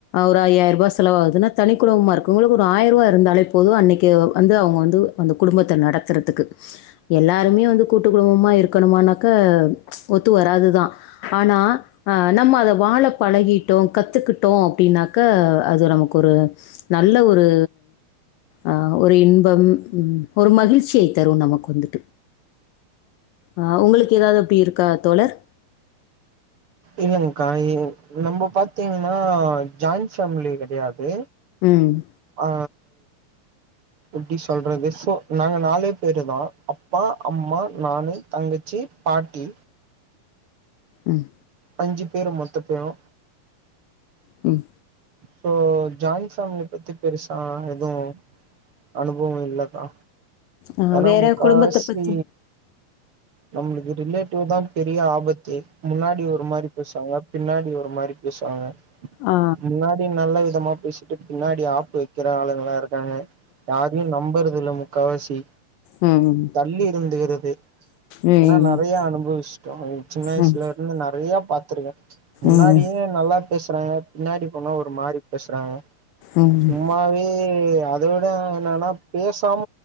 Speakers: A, on the left (about 80°); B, on the right (about 40°).
A: ஒரு ஐயாயிரம் ரூபாய் செலவ் ஆகுதுன்னா தனி குடும்பமா இருக் கவங்களுக்கு ஒரு ஆயிரம் ரூவா இருந்தாலே போது அன்னைக்கு வந்து அவங்க வந்து அந்த குடும்பத்த நடத்துறதுக்கு எல்லாருமே வந்து கூட்டு குடும்பமா இருக்கணுமனாக்க ஒத்து வராதுதான் ஆனா ஆ நம்ம அத வாழ பழகிட்டோ கத்துக்கிட்டோ அப்டின்னாக்க அது நமக்கு ஒரு நல்ல ஒரு அ ஒரு இன்பம் ஒரு மகிழ்ச்சி தரு நமக்கு வந்துட்டு அ உங்களுக்கு ஏதாவது எப்டி இருக்கா தோழர்
B: இல்லங்க்கா நம்ம பாத்தீங்கன்னா ஜாயிண்ட் ஃபேமிலி கெடையாது
A: ம்
B: ஆ எப்டி சொல்றது சோ நாங்க நாலு பேரு தா அப்பா அம்மா நானு தங்கச்சி பாட்டி
A: ம்
B: அஞ்சு பேரு மொத்த பேரு
A: ம்
B: சோ ஜாயிண்ட் ஃபேமிலி பத்தி பெருசா எதுவு அனுபவம் இல்லக்கா
A: ஆ,
B: ஏன்னா
A: வேற
B: முக்காவாசி
A: குடும்பத்த பத்தி
B: நம்மளுக்கு ரிலேட்டிவ் தா பெரிய ஆபத்து முன்னாடி ஒரு மாரி பேசுவாங்க பின்னாடி ஒரு மாரி பேசுவாங்க
A: ஆ,
B: முன்னா இப்பயு நல்ல விதமா பேசிட்டு பின்னாடி ஆப்பு வைக்கிற ஆளுங்களா இருக்காங்க யாரையு நம்பறது இல்ல முக்காவாசி
A: ம்
B: பள்ளி இருந்துகிறது
A: ம்,
B: ஆனா நெறைய
A: ம்,
B: அனுபவிச்சட்டோ சின்ன வயசுல
A: ம்,
B: இருந்து நெறைய பாத்துருக்கே முன்னாடியுமே
A: ம்,
B: நல்லாப் பேசுறாங்க பின்னாடி போனா ஒரு மாரி பேசுறாங்க
A: ம், ம்,
B: சும்மாவே ஏ அதோட என்னன்னா பேசாம